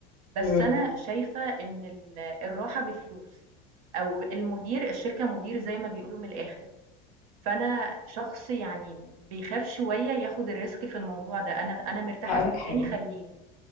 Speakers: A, on the right (about 80°); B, on the left (about 45°).
A: بس
B: امم
A: أنا شايفة إن ال الراحة بفلوس، أو المدير الشركة مدير زي ما بيقولوا من الآخر، فأنا شخص يعني بيخاف شوية ياخد الrisk في الموضوع ده، أنا أنا مرتاحة
B: هقولك
A: في مكاني
B: حاجه
A: خلّيني.